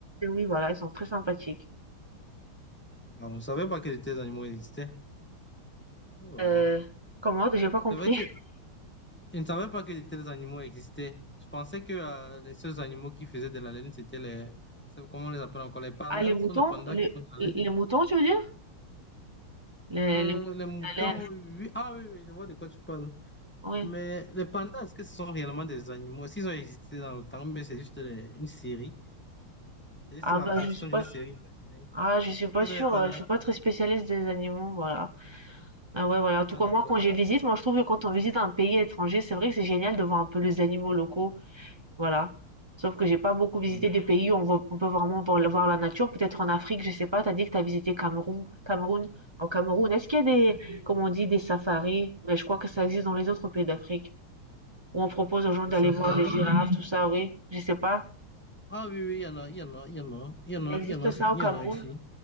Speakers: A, on the right; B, in the centre.
A: oui, voilà, ils sont très sympathiques.
B: Ah, on ne savait pas que les animaux existaient. Oh.
A: Heu, comment? J'ai pas compris.
B: C'est vrai que
A: <laughs>
B: Je ne savais pas que de tels animaux existaient. Je pensais que euh, les seuls animaux qui faisaient de la laine, c'était les... c'est- Comment on les appelle encore? Les pandas.
A: Ah les moutons?
B: Ce sont les pandas
A: Les
B: qui font de la
A: les
B: laine.
A: moutons tu veux dire? Les
B: Euh,
A: les moutons,
B: les moutons,
A: la laine,
B: oui. Ah oui, oui, je vois de quoi tu parles.
A: oui.
B: Mais les pandas, est-ce que ce sont réellement des animaux? Est-ce qu'ils ont existé dans le temps? Mais c'est juste les- une série. C'est juste
A: Ah
B: la
A: bah
B: réflexion
A: je suis pas
B: d'une série imaginaire. Tu
A: ah je suis pas
B: connais
A: sûre,
B: les pandas?
A: heu, je suis pas très spécialiste des animaux, voilà. Ah ouais, voilà, en
B: Ah
A: tout cas
B: d'accord.
A: moi quand je visite, moi je trouve que quand on visite un pays étranger, c'est vrai que c'est génial de voir un peu les animaux locaux, voilà. Sauf que j'ai pas beaucoup
B: Mhm.
A: visité des pays où on voit on peut vraiment voir la voir la nature, peut-être en Afrique, je sais pas, T'as dit que t'as visité Cameroun Cameroun. en Cameroun, est-ce qu'il y a des,
B: Oui, oui.
A: comme on dit, des safaris? Mais je crois que ça existe dans les autres pays d'Afrique. où on propose aux gens
B: Les
A: d'aller
B: safaris?
A: voir des girafes, tout ça, oui. Je sais pas.
B: Ah oui, oui, il y en a, il y en a, il y en a, il y en
A: Il
B: a,
A: existe
B: il y en a, aussi-
A: ça
B: il
A: au Cameroun?
B: y en a ici.